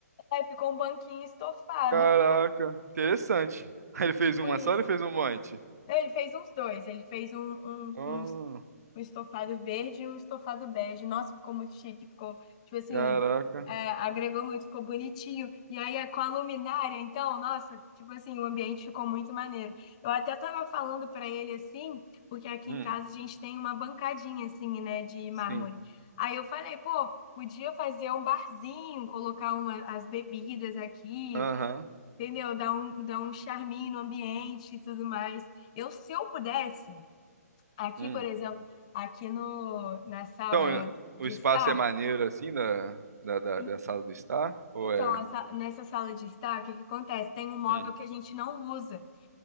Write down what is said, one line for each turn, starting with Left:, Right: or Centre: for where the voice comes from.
Left: aí ficou um banquinho estofado,
Right: Caraca, interessante. <laughs> Aí ele fez
Left: tipo
Right: uma
Left: isso.
Right: só, ou ele fez um monte.
Left: Não, Ele fez uns dois. Ele fez um, um,
Right: Oh,
Left: com um es- um estofado verde e um estofado bege. Nossa, ficou muito chique. Ficou, tipo assim,
Right: caraca.
Left: é, agregou muito, ficou bonitinho. E aí, é com a luminária, então, nossa, tipo assim, o ambiente ficou muito maneiro. Eu até tava falando pra ele, assim, porque aqui
Right: Hum,
Left: em casa a gente tem uma bancadinha, assim, né, de mármore.
Right: sim.
Left: Aí eu falei, pô, podia fazer um barzinho, colocar uma, as bebidas aqui,
Right: Aham.
Left: entendeu? Dá um, dá um charminho no ambiente e tudo mais. Eu, se eu pudesse, aqui,
Right: Hum.
Left: por exemplo, aqui no, na sala
Right: Então, eh, o
Left: de
Right: espaço
Left: estar,
Right: é maneiro assim da, da, da,
Left: en-
Right: da sala do estar? Ou
Left: então,
Right: é.
Left: essa- nessa sala de estar, o que que acontece? Tem um móvel
Right: Hum.
Left: que a gente não usa.